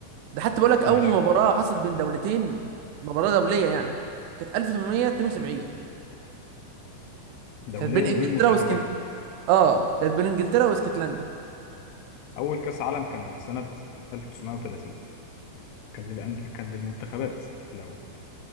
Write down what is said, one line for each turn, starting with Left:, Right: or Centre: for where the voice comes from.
Right: ده حتى بقول لك اول
Left: ماشي
Right: مباراه حصلت بين دولتين مباراه دوليه يعني كانت 1872
Left: دولية
Right: كانت بين انجلترا
Left: ما بين منتخبين
Right: واسكند اه كانت بين انجلترا واسكتلندا
Left: اول كاس عالم كان سنة 1930 كان للأندل كان للمنتخبات الاول